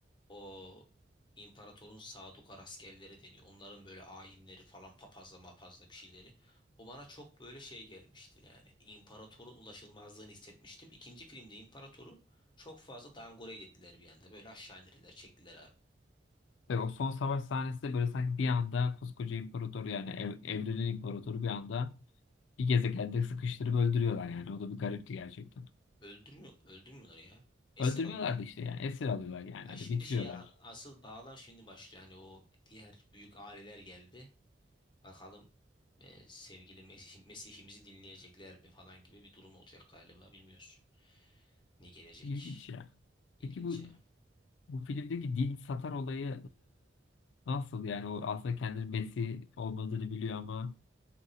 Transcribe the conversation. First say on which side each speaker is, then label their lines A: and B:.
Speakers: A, on the left; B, on the left.
A: o imparatorun Sadukar askerleri deniyor. Onların böyle ayinleri falan papazla mapazla bir şeyleri. O bana çok böyle şey gelmişti yani. İmparatorun ulaşılmazlığını hissetmiştim. İkinci filmde imparatoru çok fazla downgrade ettiler bir anda. Böyle aşağı indirdiler, çektiler abi.
B: Ve o son savaş sahnesi de böyle sanki bir anda koskoca imparator yani ev, evrenin imparatoru bir anda bir gezegende sıkıştırıp öldürüyorlar yani. O da bir garipti gerçekten.
A: Öldürmüyor, öldürmüyorlar ya. Esir
B: Öldürmüyorlar
A: alıyorlar.
B: da işte yani esir alıyorlar yani
A: Yani
B: hani
A: şimdi
B: bitiriyorlar.
A: şeye a- asıl bağlam şimdi başlıyor. Hani o diğer büyük aileler geldi. Bakalım e, sevgili Mesih, Mesih'imizi dinleyecekler mi falan gibi bir durum olacak galiba bilmiyoruz. Ne gelecek?
B: İlginç ya.
A: İlginç
B: Peki bu
A: ya.
B: bu filmdeki din satar olayı e, nasıl yani o aslında kendini Mesih olmadığını biliyor ama